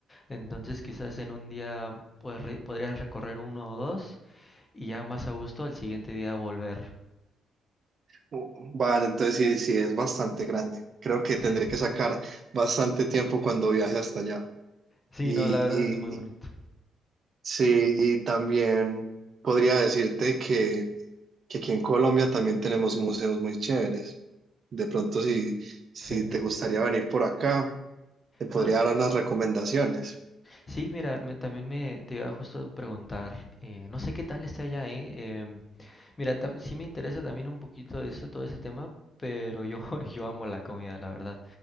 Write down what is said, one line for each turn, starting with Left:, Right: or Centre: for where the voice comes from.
Left: entonces quizás en un día pues, re- podrías recorrer uno o dos y ya más a gusto al siguiente día volver.
Right: Uh, Vale, entonces sí, sí es bastante grande. Creo que
Left: Sí,
Right: tendré que sacar bastante tiempo cuando viaje hasta allá.
Left: sí,
Right: Y,
Left: no, la verdad es muy bonito.
Right: y sí, y también podría decirte que, que aquí en Colombia también tenemos museos muy chéveres. De pronto, si, si
Left: Sí.
Right: te gustaría venir por acá, te podría
Left: No, s-
Right: dar unas recomendaciones.
Left: sí, mira, me- también me te iba justo a preguntar, eh, no sé qué tal esté allá, ¿eh? em, Mira, ta- sí me interesa también un poquito eso, todo ese tema, pero yo, <laughs> yo amo la comida, la verdad.